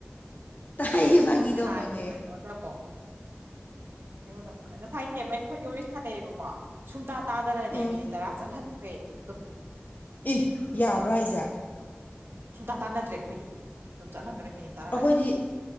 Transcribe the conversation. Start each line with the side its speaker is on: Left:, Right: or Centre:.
Left: ꯇꯥꯏꯌꯦ ꯐꯒꯤꯗꯧ
Right: ꯈꯥꯏꯔꯤꯕ
Left: ꯃꯅꯦ
Right: ꯑꯩꯉꯣꯟꯗ ꯑꯃꯨꯛ ꯑꯩꯉꯣꯟꯗ ꯑꯃ ꯉꯁꯥꯏꯅꯦꯦꯝꯃ ꯑꯩꯈꯣꯏ ꯋꯥꯔꯤ ꯁꯥꯟꯅꯩꯌꯦꯕꯀꯣ ꯁꯨꯡꯇꯥ ꯇꯥꯗꯅꯅꯦ
Left: ꯎꯝ
Right: ꯃꯤꯅꯤꯠ ꯇꯔꯥ ꯆꯠꯍꯟꯈ꯭ꯔꯦ ꯑꯗꯨꯕꯨ
Left: ꯏ ꯌꯥꯕ꯭ꯔꯥ ꯑꯩꯁꯦ
Right: ꯁꯨꯡꯇꯥ ꯇꯥꯟꯅꯗ꯭ꯔꯦ ꯑꯩꯈꯣꯏꯅꯤ ꯑꯗꯨꯝ ꯆꯠꯍꯟꯈ꯭ꯔꯦ ꯃꯤꯅꯤꯠ ꯇꯔꯥ
Left: ꯑꯩꯈꯣꯏꯗꯤ
Right: ꯍꯥꯏꯅ